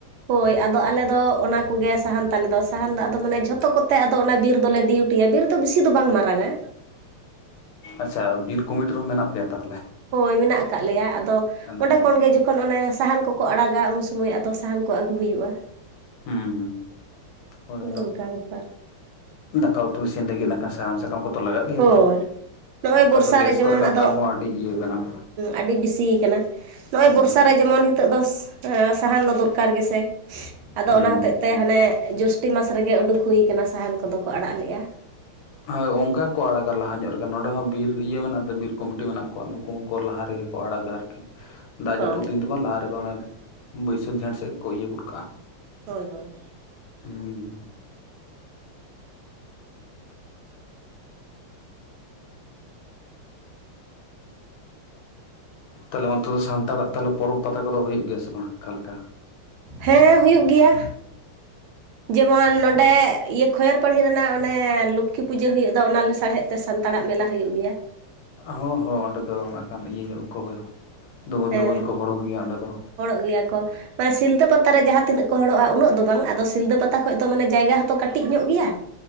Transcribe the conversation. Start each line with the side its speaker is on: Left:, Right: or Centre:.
Right: ᱦᱳᱭ ᱟᱫᱚ ᱟᱞᱮ ᱫᱚ ᱚᱱᱟ ᱠᱚᱜᱮ ᱥᱟᱦᱟᱱ ᱛᱟᱞᱮ ᱫᱚ, ᱥᱟᱦᱟᱱ ᱫᱚ ᱟᱫᱚ ᱢᱟᱱᱮ ᱡᱷᱚᱛᱚ ᱠᱚᱛᱮ ᱟᱫᱚ ᱚᱱᱟ ᱵᱤᱨ ᱫᱚᱞᱮ ᱰᱤᱭᱩᱴ- -ᱴᱤᱭᱟ ᱵᱤᱨ ᱫᱚ ᱵᱤᱥᱤ ᱫᱚ ᱵᱟᱝ ᱢᱟᱨᱟᱝᱟ᱾
Left: ᱟᱪᱪᱷᱟ, ᱵᱤᱨ ᱠᱚᱢᱤᱴᱤ ᱨᱮᱚᱸ ᱢᱮᱱᱟᱜ ᱯᱮᱭᱟ ᱛᱟᱦᱚᱞᱮ?
Right: ᱦᱳᱭ ᱢᱮᱱᱟᱜ ᱟᱠᱟᱫ ᱞᱮᱭᱟ, ᱟᱫᱚ
Left: ᱱᱟᱯᱟᱭ
Right: ᱚᱸᱰᱮ ᱠᱷᱚᱱᱜᱮ
Left: ᱱᱟᱯᱟᱭ
Right: ᱡᱚᱠᱷᱚᱱ ᱚᱱᱮ ᱥᱟᱦᱟᱱ ᱠᱚ -ᱠᱚ ᱟᱲᱟᱜᱟ ᱩᱱ ᱥᱩᱢᱚᱭ ᱟᱫᱚ ᱥᱟᱦᱟᱱ ᱠᱚ ᱟᱹᱜᱩ ᱦᱩᱭᱩᱜᱼᱟ᱾
Left: ᱦᱩᱸ ᱦᱩᱸ ᱦᱳᱭ
Right: ᱚᱱᱮ
Left: ᱟᱫᱚ
Right: ᱚᱱᱠᱟ ᱵᱮᱯᱟᱨ
Left: ᱫᱟᱠᱟ ᱩᱛᱩ ᱤᱥᱤᱱ ᱞᱟᱹᱜᱤᱫ, ᱱᱟᱜ ᱠᱷᱟᱱ ᱥᱟᱦᱟᱱ ᱥᱟᱠᱟᱢ ᱠᱚᱛ ᱞᱟᱜᱟᱜ ᱜᱮᱭᱟ
Right: ᱦᱳᱭ
Left: ᱛᱚ᱾
Right: ᱱᱚᱜᱼᱚᱭ
Left: ᱱᱮᱛᱟᱨ
Right: ᱵᱚᱨᱥᱟ
Left: ᱫᱚ ᱜᱮᱥ
Right: ᱨᱮ ᱡᱮᱢᱚᱱ
Left: ᱠᱚᱨᱮᱱᱟᱜ
Right: ᱟᱫᱚ,
Left: ᱫᱟᱢ ᱦᱚᱸ ᱟᱹᱰᱤ ᱤᱭᱟᱹ ᱠᱟᱱᱟ
Right: ᱟᱹᱰᱤ ᱵᱮᱥᱤᱭᱟ ᱠᱟᱱᱟ᱾ ᱱᱚᱜᱼᱚᱭ
Left: ᱦᱩᱸ
Right: ᱵᱚᱨᱥᱟ ᱨᱮ ᱡᱮᱢᱚᱱ ᱱᱤᱛᱳᱜ ᱫᱚ, ᱥᱟᱦᱟᱱ ᱫᱚ ᱫᱚᱨᱠᱟᱨ ᱜᱮᱥᱮ ᱟᱫᱚ
Left: ᱦᱩᱸ
Right: ᱚᱱᱟ ᱦᱚᱛᱮᱡ ᱛᱮ ᱦᱟᱱᱮ ᱡᱚᱥᱴᱤ ᱢᱟᱥ ᱨᱮᱜᱮ ᱩᱰᱩᱠ ᱦᱩᱭᱠᱟᱱᱟ, ᱥᱟᱦᱟᱱ ᱠᱚᱫᱚ ᱠᱚ ᱟᱲᱟᱜ ᱞᱮᱫᱼᱟ᱾
Left: ᱦᱳᱭ ᱚᱱᱠᱟ ᱠᱚ ᱟᱲᱟᱜᱟ ᱞᱟᱦᱟ ᱧᱚᱜ ᱨᱮᱜᱮ, ᱱᱚᱸᱰᱮ ᱦᱚᱸ ᱵᱤᱨ ᱤᱭᱟᱹ ᱢᱮᱱᱟᱜ ᱫᱚ ᱵᱤᱨ ᱠᱚᱢᱤᱴᱤ ᱢᱮᱱᱟᱜ ᱠᱚᱣᱟ ᱱᱩᱠ ᱩᱠᱩ ᱠᱚ ᱞᱟᱦᱟ ᱨᱮᱜᱮ ᱠᱚ ᱟᱲᱟᱜᱟ ᱟᱨᱠᱤ᱾ ᱫᱟᱜ ᱡᱟᱹᱯᱩᱫ
Right: ᱚ
Left: ᱫᱤᱱ ᱵᱟᱝ, ᱞᱟᱦᱟ ᱨᱮᱜᱮ ᱚᱱᱟ ᱵᱟᱹᱭᱥᱟᱹᱠᱷ ᱡᱷᱮᱸᱴ ᱥᱮᱫ ᱠᱚ ᱤᱭᱟᱹ ᱜᱚᱫ ᱠᱟᱜᱼᱟ᱾
Right: ᱦᱳᱭ, ᱦᱳᱭ᱾
Left: ᱦᱩᱸ᱾ ᱛᱟᱦᱚᱞᱮ ᱚᱱᱛᱮ ᱫᱚ ᱥᱟᱱᱛᱟᱲᱟᱜ ᱛᱟᱞᱚᱞᱮ, ᱯᱚᱨᱚᱵᱽ ᱯᱟᱛᱟ ᱠᱚᱫᱚ ᱦᱩᱭᱩᱜ ᱜᱮᱭᱟ ᱵᱟᱝ ᱚᱠᱟᱮᱠᱟ?
Right: ᱦᱮᱸ ᱦᱩᱭᱩᱜ ᱜᱮᱭᱟ, ᱡᱮᱢᱚᱱ
Left: ᱚ
Right: ᱱᱚᱸᱰᱮ ᱤᱭᱟᱹ ᱠᱷᱮᱨ ᱯᱟᱹᱲᱦᱤ ᱨᱮᱱᱟᱜ ᱚᱱᱮ ᱞᱚᱠᱠᱷᱤ ᱯᱩᱡᱟᱹ ᱦᱩᱭᱩ ᱫᱚ ᱚᱱᱟ ᱞᱟᱥᱟᱲᱦᱮᱫ ᱛᱮ ᱥᱟᱱᱛᱟᱲᱟᱜ ᱢᱮᱞᱟ ᱦᱩᱭᱩᱜ ᱜᱮᱭᱟ᱾
Left: ᱦᱚᱸ ᱦᱚᱸ ᱚᱸᱰᱮ ᱫᱚ ᱠᱷᱟᱱ ᱤᱭᱟᱹ ᱧᱚᱜ ᱦᱚᱭ ᱫᱩᱢᱮᱞ
Right: ᱦᱮᱸ
Left: ᱫᱩᱢᱮᱞ ᱠᱚ ᱦᱚᱲᱚᱨᱚᱜ ᱜᱮᱭᱟ ᱚᱸᱰᱮ ᱫᱚ᱾
Right: ᱦᱚᱲᱚᱜ ᱜᱮᱭᱟ ᱠᱚ᱾ ᱢᱟᱱᱮ ᱥᱤᱞᱫᱟᱹ ᱯᱟᱛᱟ ᱨᱮ ᱡᱟᱦᱟᱸ ᱛᱤᱱᱟᱹᱜ ᱠᱚ ᱦᱚᱲᱚᱜᱼᱟ ᱩᱱᱟᱹᱜ ᱫᱚ ᱵᱟᱝ᱾ ᱟᱫᱚ ᱥᱤᱞᱫᱟᱹ ᱯᱟᱛᱟ ᱠᱷᱚᱱ ᱫᱚ ᱢᱟᱱᱮ ᱡᱟᱭᱜᱟ ᱦᱚᱸᱛᱚ ᱠᱟᱹᱴᱤᱡ ᱧᱚᱜ ᱜᱮᱭᱟ᱾